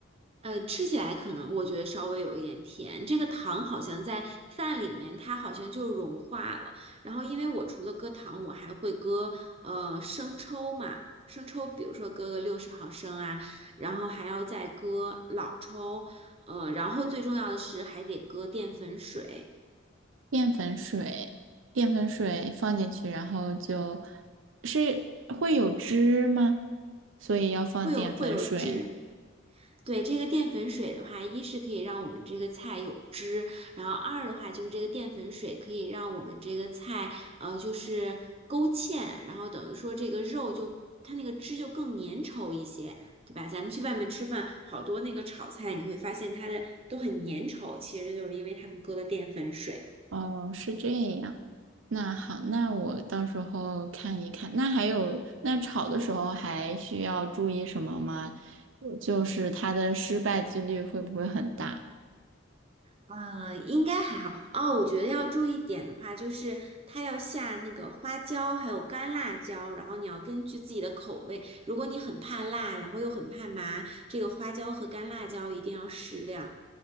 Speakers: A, on the right (about 30°); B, on the right (about 75°).
A: 呃，吃起来可能我觉得稍微有一点甜。这个糖好像在饭里面，它好像就融化了。然后因为我除了搁糖，我还会搁呃生抽嘛，生抽比如说搁个六十毫升啊，然后还要再搁老抽，呃，然后最重要的是还得搁淀粉水。
B: 淀粉水，淀粉水放进去，然后就是会有汁吗？所以要放淀粉水。
A: 会有会有汁。对，这个淀粉水的话，一是可以让我们这个菜有汁，然后二的话就是这个淀粉水可以让我们这个菜呃就是勾芡，然后等于说这个肉就它那个汁就更粘稠一些，对吧？咱们去外面吃饭，好多那个炒菜你会发现它的都很粘稠，其实就是因为他们搁了淀粉水。
B: 哦，是这样。那好，那我到时候看一看。那还有，那炒的时候还需要注意什么吗？呃就是它的失败几率会不会很大？
A: 呃，应该还好哦。我觉得要注意点的话，就是它要下那个花椒，还有干辣椒，然后你要根据自己的口味。如果你很怕辣，然后又很怕麻，这个花椒和干辣椒一定要适量。